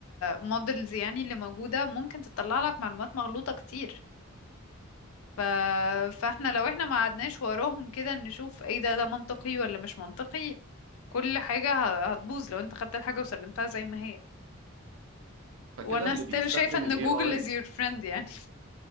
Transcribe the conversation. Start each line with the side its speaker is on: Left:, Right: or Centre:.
Left: المودلز يعني اللي موجودة ممكن تطلع لك معلومات مغلوطة كتير ف... فاحنا لو احنا ما قعدناش وراهم كده نشوف ايه ده ده منطقي ولا مش منطقي كل حاجة ه- هتبوظ لو انت خدت الحاجة وسلمتها زي ما هي
Right: فكده
Left: وانا
Right: اللي
Left: ستيل
Right: بيستخدم
Left: شايفة ان
Right: الاي
Left: جوجل
Right: اي
Left: is your friend يعني